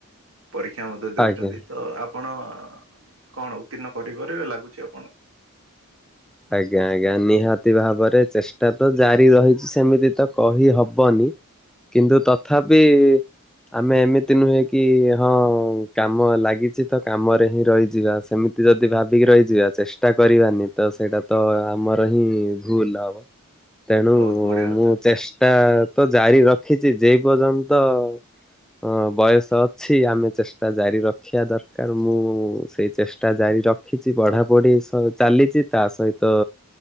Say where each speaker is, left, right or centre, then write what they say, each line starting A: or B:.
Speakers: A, on the right (about 60°); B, in the centre.
A: ପରୀକ୍ଷା ମଧ୍ୟ ଦଉଛନ୍ତି
B: ଆଜ୍ଞା।
A: ତ ଆପଣ କଣ ଉତ୍ତୀର୍ଣ୍ଣ କରିପାରିବେ ଲାଗୁଛି ଆପଣଙ୍କୁ?
B: ଆଜ୍ଞା ଆଜ୍ଞା ନିହାତି ଭାବରେ ଚେଷ୍ଟା ତ ଜାରି ରହିଛି ସେମିତି ତ କହିହବନି। କିନ୍ତୁ ତଥାପି ଆମେ ଏମିତି ନୁହେଁ କି ହଁ କାମ ଲାଗିଛି ତ କାମରେ ହିଁ ରହିଯିବା ସେମିତି ଯଦି ଭାବିକି ରହିଯିବା ଚେଷ୍ଟା କରିବାନି ତ ସେଇଟା ତ ଆମର ହିଁ ଭୁଲ ହବ ତେଣୁ
A: ବହୁତ ବଢିଆ କଥା
B: ମୁଁ ଚେଷ୍ଟା ତ ଜାରି ରଖିଛି ଯେ ପର୍ଯ୍ୟନ୍ତ ହଁ ବୟସ ଅଛି ଆମେ ଚେଷ୍ଟା ଜାରିରଖିବା ଦରକାର ମୁଁ ସେଇ ଚେଷ୍ଟା ଜାରିରଖି ଶଖିଛି ପଢା ପଢି ସ ଚାଲିଛି ତା ସହିତ